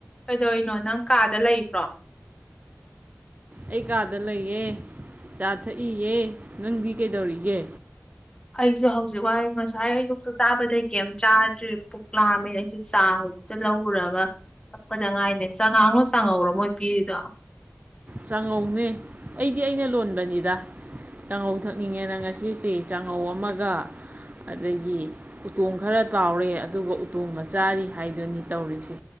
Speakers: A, on the left; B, on the right.
A: ꯀꯩꯗꯧꯅꯣ ꯅꯪ ꯀꯥꯗ ꯂꯩꯕ꯭ꯔꯣ
B: ꯑꯩ ꯀꯥꯗ ꯂꯩꯌꯦꯦ ꯆꯥ ꯊꯛꯏꯌꯦꯦ ꯅꯪꯗꯤ ꯀꯩꯗꯧꯔꯤꯒꯦ
A: ꯑꯩꯁꯨ ꯍꯧꯖꯤꯛ ꯋꯥꯏ ꯉꯁꯥꯏ ꯑꯌꯣꯛꯁꯨ ꯆꯥꯕꯗꯒꯤꯩ ꯀꯩꯝ ꯆꯥꯗ꯭ꯔꯤ ꯄꯨꯛꯂꯥꯑꯝꯃꯤꯅ ꯑꯩꯁꯨ ꯆꯥ ꯍꯖꯤꯛꯇ ꯂꯧꯔꯨꯔꯒ ꯊꯛꯄꯗ ꯉꯥꯏꯅꯦ ꯆꯉꯥꯡꯅꯣ ꯆꯥꯍꯧꯔꯣ ꯃꯣꯏ ꯄꯤꯔꯤꯗꯣ
B: ꯆꯥꯉꯧꯅꯦ ꯑꯩꯗꯤ ꯑꯩꯅ ꯂꯣꯟꯕꯅꯤꯗ ꯆꯥꯉꯧ ꯊꯛꯅꯤꯡꯉꯦꯅ ꯉꯁꯤꯁꯦ ꯆꯥꯛꯉꯧ ꯑꯃꯒ ꯑꯗꯒꯤ ꯎꯇꯣꯡ ꯈꯔ ꯇꯥꯎꯔꯦ ꯑꯗꯨꯒ ꯎꯇꯣꯡꯒ ꯆꯥꯔꯤ ꯍꯥꯏꯗꯨꯅꯤ ꯇꯧꯔꯤꯁꯦ